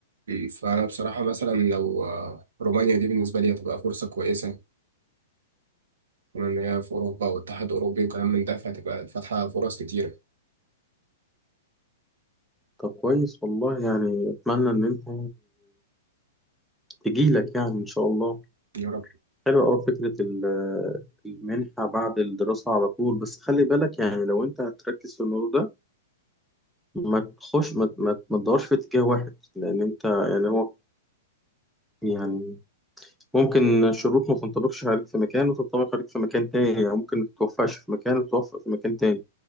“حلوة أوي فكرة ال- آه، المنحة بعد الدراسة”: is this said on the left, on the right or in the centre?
Centre